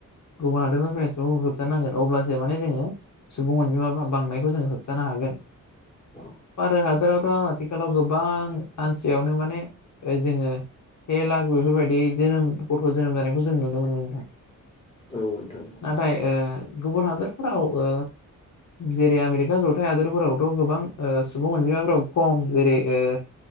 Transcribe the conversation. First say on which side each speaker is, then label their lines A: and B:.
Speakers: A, on the left; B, on the left.
A: गुबुन हादरनिफ्राय ज' होबथानांगोन अब्लासो माने जोङो सुबुं अनजिमा बांनायखौ जोंङो होबथानो हागोन।
B: औ
A: भारत हादरावथ' आथिखालाव गोबां सान सेयावनो माने जोङो से लाख बेफोरबायदि जोनोम गथ' जोनोम जानायखौ जों नुनो मोनो नोंथां।
B: औ नोंथां
A: नाथाय ओ गुबुन हादरफोरावबो जेरै आमेरिका जथाय हादोरफोरावथ' गोबां सुबुं अनजिमाफोराव खम जेरै ओ